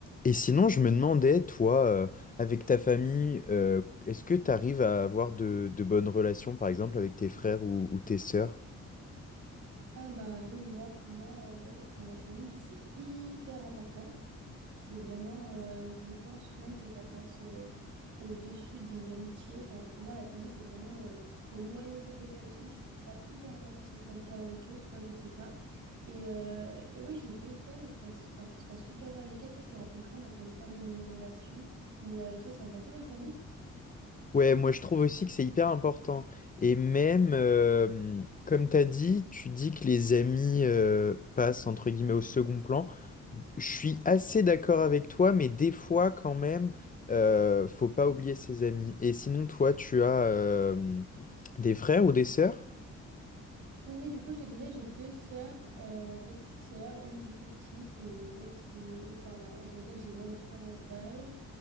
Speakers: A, on the left; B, on the right.
A: Et sinon, je me demandais, toi, euh, avec ta famille, euh, est-ce que tu arrives à avoir de, de bonnes relations, par exemple, avec tes frères ou, ou tes sœurs?
B: Ah bah oui, moi pour moi, euh, enfin la famille c'est hyper important. C'est vraiment, euh, je pense même que ça passe euh, au-dessus des amitiés. Enfin pour moi la famille c'est vraiment euh, le noyau dur de ta vie et je trouve ça hyper important que ça se passe bien avec eux. Toi je sais pas. Et, euh, et oui j'ai deux sœurs et se passe, enfin ça se passe super bien avec elles. Je te raconterai, on n'a quand même pas les mêmes relations. Mais euh, toi c'est important la famille?
A: Ouais, moi je trouve aussi que c'est hyper important. Et même, euh, comme tu as dit, tu dis que les amis euh, passent entre guillemets au second plan. Je suis assez d'accord avec toi, mais des fois quand même, euh, faut pas oublier ses amis. Et sinon, toi, tu as euh, des frères ou des sœurs?
B: Oui, oui, du coup, je te disais, j'ai deux sœurs, euh, deux petites sœurs, une qui est plus petite et une autre où- enfin, avec laquelle j'ai moins de différence d'âge.